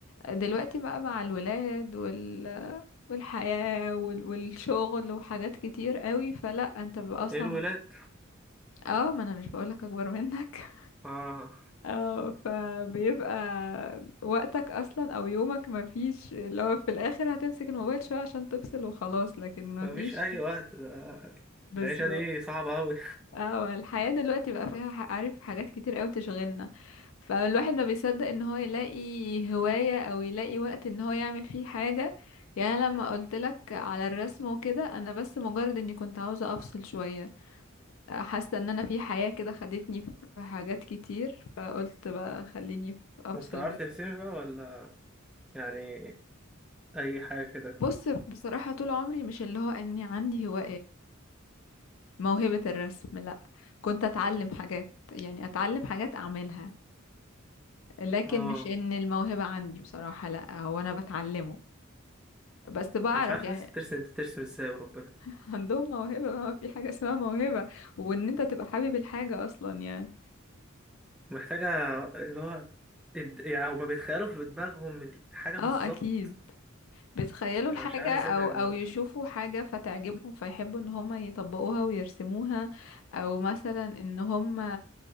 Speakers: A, on the left; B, in the centre.
A: دلوقتي بقى مع الولاد وال والحياة وال... والشغل وحاجات كتير قوي فلا انت بيبقى اصلا
B: ايه الولاد
A: اه ما انا مش بقولك اكبر منك <laughs>
B: اه
A: اه فبيبقى وقتك اصلا او يومك ما فيش اللي هو في الاخر هتمسك الموبايل شوية عشان تفصل وخلاص لكن ما
B: مفيش
A: فيش
B: اي وقت ده-
A: بس
B: العيشه دي صعبه قوي
A: اه الحياة دلوقتي بقى فيها ح- عارف حاجات كتير قوي تشغلنا فالواحد ما بيصدق ان هو يلاقي هواية او يلاقي وقت ان هو يعمل فيه حاجة يعني أنا لما قلت لك على الرسم وكده انا بس مجرد اني كنت عاوزة افصل شوية حاسة ان انا في حياة كده خدتني في في حاجات كتير فقلت بقى خليني افصل
B: وبتعرف
A: بالرسم
B: ترسمي بقى ولا يعني اي حاجه كده
A: بص بصراحة طول عمري مش اللي هو اني عندي هو موهبة الرسم لا كنت اتعلم حاجات يعني اتعلم حاجات اعملها لكن
B: اه
A: مش ان الموهبة عندي بصراحة لا هو انا بتعلمه بس بعرف
B: انا مش عارف
A: يعني
B: لسه بترسم بترسم ازاي وربنا
A: <laughs> عندهم موهبة بقى ما في حاجة اسمها موهبة وان انت تبقى حابب الحاجة اصلا يعني
B: محتاجه اللي هو إبد- يعني هما بيتخيلوا في دماغهم الحاجه بالظبط
A: اه اكيد بيتخيلوا الحاجة
B: انا مش عارف ازاي
A: او
B: بيعملوها
A: او يشوفوا حاجة فتعجبهم فيحبوا ان هم يطبقوها ويرسموها او مثلا ان هم